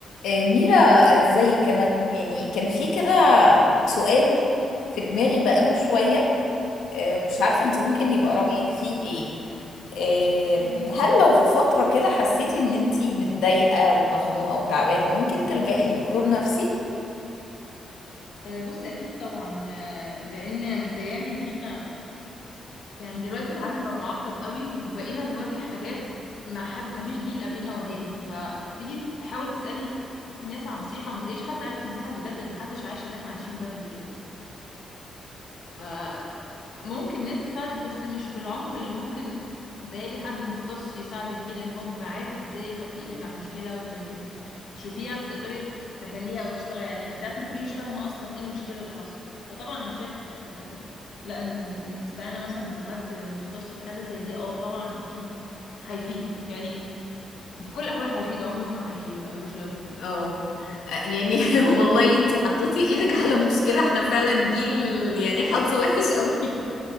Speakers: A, on the left; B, on the left.
A: آه، ميرا ازيك انا يعني كان في كده سؤال في دماغي بقاله شوية آه، مش عارفة انت ممكن يبقى
B: اه
A: رأيك فيه ايه آه،
B: قوليلي.
A: هل لو في فترة كده حسيتي ان انت متضايقة ومخنوقة وتعبانة ممكن تلجئي لدكتور نفسي؟
B: آه، بصي اكيد طبعا آه، لان متهيألي ان احنا يعني دلوقتي العالم بقى معقد قوي وبقينا بنواجه حاجات ما حد ما فيش جيل قبلنا واجهها فتيجي تحاولي تسألي الناس على نصيحة ما تلاقيش حد عارف ينصحك بجد ان محدش عايش اللي احنا عايشينه ده قبل كده ممكن ناس تساعدك بس مش بالعمق اللي ممكن متهيألي حد مختص يساعدك بيه لان هو بيبقى عارف ازاي يحط ايدك على المشكلة ويخليك تشوفيها فتقدري تحليها او تشتغلي عليها يعني ساعات ما بتكونيش فاهمة اصلا ايه المشكلة اللي حصلت فطبعا انا شايفة ان ال... لا ان ان الاستعانة مثلا بحد مختص في حالة زي دي اه طبعا اكيد هيفيد يعني في كل الاحوال هيفيد عمره ما هيبقى ملوش لازمة يعني
A: اه يعني <laughs> والله انتي حطيتي ايدك على مشكلة احنا فعلا جيل يعني حظه وحش قوي